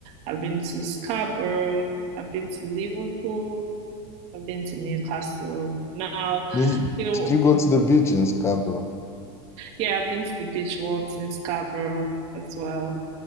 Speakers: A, on the right; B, on the left.
A: I've been to Scarborough, I've been to Liverpool, I've been to Newcastle. Now,
B: Did,
A: you know.
B: did you go to the beach in Scarborough?
A: Yeah, I've been to the beach once in Scarborough as well.